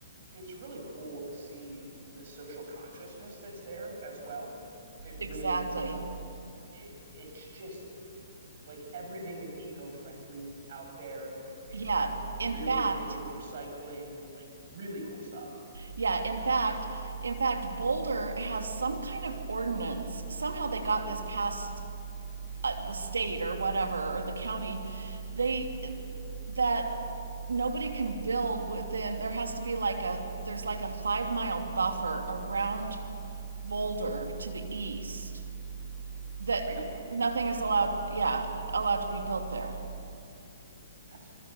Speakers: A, on the right (about 55°); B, on the right (about 80°).
A: it's really cool to see the social consciousness that's there as well. That really,
B: exactly.
A: you know, it, it's just like everything is eco-friendly out there, right? They
B: Yeah,
A: have we're
B: in
A: really
B: fact,
A: big into recycling, like really cool stuff.
B: yeah, in fact, in fact, Boulder has some kind of ordinance. Somehow they got this past uh, the state or whatever or the county. They that nobody can build within. There has to be like a there's like a five mile buffer around Boulder to the east that
A: Really?
B: nothing is allowed. Yeah, allowed to be built there.
A: That's